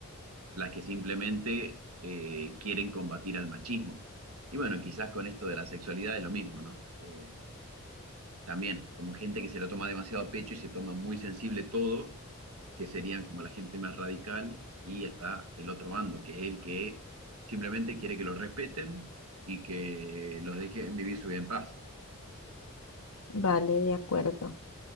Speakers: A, on the right; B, on the left.
A: las que simplemente eh, quieren combatir al machismo. Y bueno, quizás con esto de la sexualidad es lo mismo, ¿no? Eh, también, como gente que se lo toma demasiado a pecho y se toma muy sensible todo, que serían como la gente más radical, y está el otro bando, que es el que simplemente quiere que los respeten y que los dejen vivir su vida en paz.
B: vale, de acuerdo.